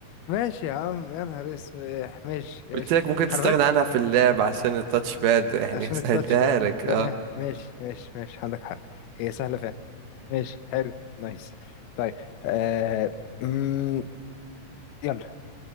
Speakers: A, on the left; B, on the right.
A: ماشي يا عم يا نهار اسوح ماشي ماشي
B: قلت لك ممكن تستغنى
A: خلي بالك
B: عنها في اللعب عشان التاتش باد يعني
A: عشان
B: <laughs> سهلتها
A: التاتش باد
B: لك اه
A: تمام ماشي ماشي ماشي عندك حق هي سهلة فعلا. ماشي حلو نايس طيب آه... مم... يلا